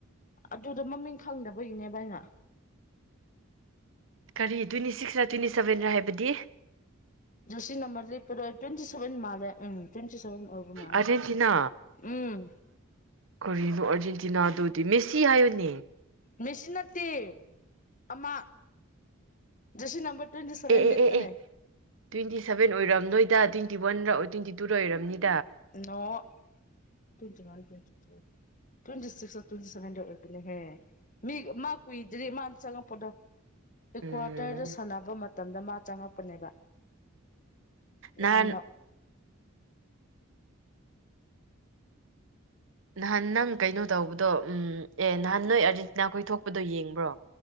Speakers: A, on the left (about 35°); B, on the right (about 65°).
A: ꯑꯗꯨꯗꯣ ꯃꯃꯤꯡ ꯈꯪꯗꯕꯒꯤꯅꯦ ꯚꯥꯏꯅ
B: ꯀꯔꯤ ꯇ꯭ꯋꯦꯟꯇꯤ ꯁꯤꯛꯁꯔꯥ ꯇ꯭ꯋꯦꯟꯇꯤ ꯁꯚꯦꯟꯔ ꯍꯥꯏꯕꯗꯤ
A: ꯗꯣꯁꯤ ꯅꯝꯕꯔ ꯂꯩꯦꯔꯣꯏ꯭ꯋꯦꯟꯤ ꯁꯕꯦꯟ ꯃꯥꯂꯦꯝ ꯇ꯭ꯋꯦꯟꯇꯤ ꯑꯣꯏꯕꯃ
B: ꯑꯥꯔꯖꯦꯟꯇꯤꯅꯥ
A: ꯎꯝ
B: ꯀꯔꯤꯅꯣ ꯑꯥꯔꯖꯦꯟꯇꯤꯅꯥ ꯑꯗꯨꯗꯤ ꯃꯦꯁꯤ ꯍꯥꯏꯌꯨꯅꯦ
A: ꯃꯦꯁꯤ ꯅꯠꯇꯦ ꯑꯃ ꯦꯁꯤ ꯅꯝꯕꯔ ꯇ꯭ꯋꯦꯟꯇꯤ ꯁꯚꯦꯟ
B: ꯑꯦ ꯑꯦ
A: ꯂꯤꯠꯄꯅꯦ
B: ꯑꯦ ꯑꯦ ꯇ꯭ꯋꯦꯟꯇꯤ ꯁꯕꯦꯟ ꯑꯣꯏꯔꯝ ꯅꯣꯏꯗ ꯇ꯭ꯋꯦꯟꯇꯤ ꯋꯥꯟ ꯇ꯭ꯋꯦꯟꯇꯤ ꯇꯨꯗ ꯑꯣꯏꯔꯝꯅꯤꯗ
A: ꯅꯣꯡ ꯊꯨꯡꯖꯀ ꯄ ꯇ ꯇ꯭ꯋꯦꯟꯤ ꯁꯤꯋꯦꯟꯇ ꯁꯦꯟꯔꯦ ꯃꯤ ꯃꯥ ꯀꯨꯏꯗ꯭ꯔꯤ ꯃꯥꯅ ꯆꯉ ꯄꯗ ꯑꯦꯀ꯭ꯋꯥꯇꯔꯗ
B: ꯎꯝ
A: ꯁꯥꯟꯅꯕ ꯃꯇꯝꯗ ꯃꯥ ꯆꯪꯉꯛꯄꯅꯦꯕ ꯌꯥꯝꯅ
B: ꯅꯍꯥꯟ ꯅꯍꯥꯟ ꯅꯪ ꯀꯩꯅꯣ ꯇꯧꯕꯗꯣ ꯎ ꯑꯦ ꯅꯍꯥꯟ ꯅꯣꯏ ꯑꯥꯔꯖꯦꯟꯇꯤꯅꯥ ꯈꯣꯏ ꯊꯣꯛꯄꯗꯣ ꯌꯦꯡꯕ꯭ꯔꯣ